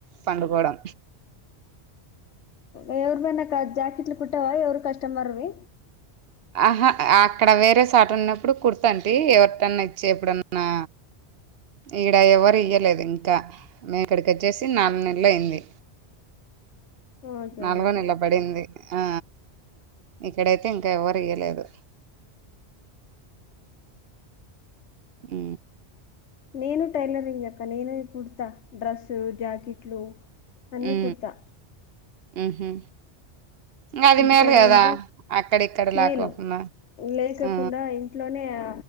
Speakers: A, on the right; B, on the left.
A: పండుకోవడం
B: ఎవరివన్న నా క జాకెట్లు కుట్టావా ఎవరు కస్టమర్వి
A: ఆహా అక్కడ వేరే సాట ఉన్నప్పుడు కుర్తంటీ ఎవరిటన్నా ఇచ్చే ఎప్పుడన్నా ఈక్కడ ఎవరు ఇయలేదు ఇంకా మేము ఇక్కడికి వచ్చేసి నాలుగు నెలలుయింది
B: ఓకే
A: నల్గో
B: ఓకే
A: నెల పడింది ఆ ఇక్కడైతే ఇంకా ఎవరు ఇయలేదు ఆ
B: నేను టైలరింగ్ అక్క నేను కుడతా డ్రెస్ జాకెట్లు అన్ని
A: ఉ
B: కుడతా
A: ఉహు అది
B: ఇంటికాడ
A: మేలు కదా
B: ఉండి
A: అక్కడిక్కడ
B: మేలు
A: లాకోకున్న
B: లేకకుండా
A: ఆ
B: ఇంట్లోనే అ